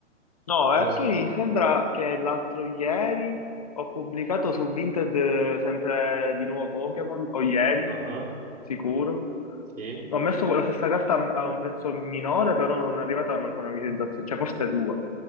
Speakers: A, on the left (about 30°); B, on the right (about 80°).
A: No,
B: Se
A: e
B: non
A: poi
B: sb-
A: sembra che l'altro ieri ho pubblicato su Vinted eh, sempre di nuovo Pokémon, o ieri,
B: Ah,
A: sicuro.
B: Sì.
A: Ho messo la stessa carta a a un prezzo minore, però non è arrivata manco una visualizzazione, cioè forse due.